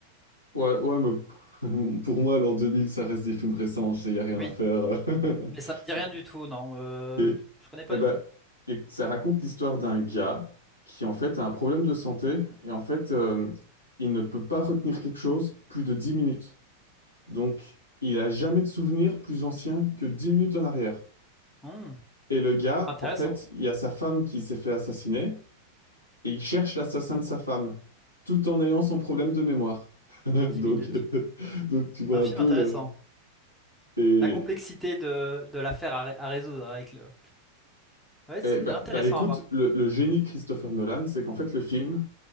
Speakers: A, on the left; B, in the centre.
A: Ouais, ouais, mais <laughs> pour moi, l'an 2000, ça reste des films récents. Il n'y a rien
B: Oui,
A: à faire. <laughs>
B: mais ça me dit
A: C'est-
B: rien du tout, non, euh,
A: Et,
B: je connais pas
A: eh ben,
B: du tout.
A: et ça raconte l'histoire d'un gars qui en fait a un problème de santé et en fait, euh, il ne peut pas retenir quelque chose plus de 10 minutes. Donc, il a jamais de souvenir plus ancien que 10 minutes en arrière.
B: Hmm,
A: Et le gars,
B: intéressant,
A: en fait, il y a sa femme qui s'est fait assassiner et il cherche l'assassin de sa femme, tout en ayant son problème de mémoire. <laughs> Donc,
B: de 10 minutes.
A: euh, donc tu vois
B: Un film
A: un peu
B: intéressant.
A: le. Et,
B: La complexité de, de l'affaire à, ré- à résoudre avec le, Ouais,
A: et
B: c'est
A: bah,
B: intéressant
A: bah, écoute,
B: à voir.
A: le, le génie de Christopher Nolan, c'est qu'en fait le film,